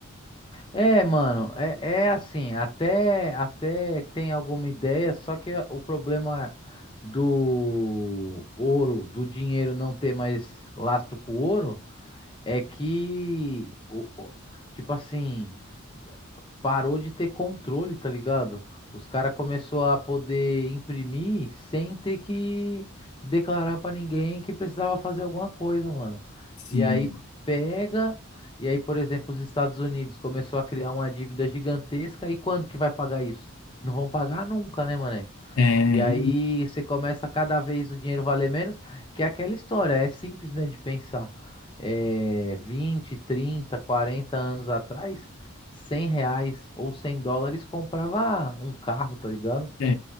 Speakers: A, on the left; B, on the left.
A: É, mano, é, é assim, até, até tem alguma ideia, só que o problema do ouro, do dinheiro não ter mais lastro com o ouro, é que, o- o- tipo assim. parou de ter controle, tá ligado? Os caras começou a poder imprimir sem ter que declarar pra ninguém que precisava fazer alguma coisa, mano.
B: Sim.
A: E aí pega, e aí, por exemplo, os Estados Unidos começou a criar uma dívida gigantesca, e quando que vai pagar isso? Não vão pagar nunca, né, mané?
B: É,
A: E aí você começa cada vez o dinheiro valer menos, que é aquela história, é simples, né, de pensar. É, 20, 30, 40 anos atrás, 100 reais ou 100 dólares comprava um carro, tá ligado?
B: É,